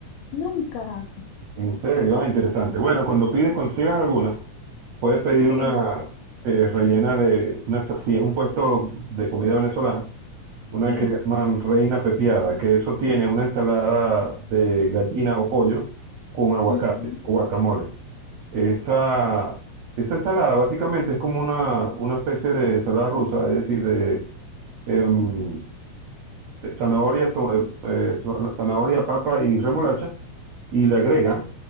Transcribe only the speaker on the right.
En serio, ah, interesante. Bueno, cuando pides, consigas alguna, puedes pedir
una eh, rellena de una, si es un puesto de comida venezolana, una
que llaman reina pepiada, que eso tiene una ensalada de gallina o pollo con aguacate
o guacamole. Esa, esa ensalada básicamente es como una, una especie de ensalada rusa, es decir, de, em, de zanahoria, to- eh, eh, zanahoria, papa y remolacha, y le agregan,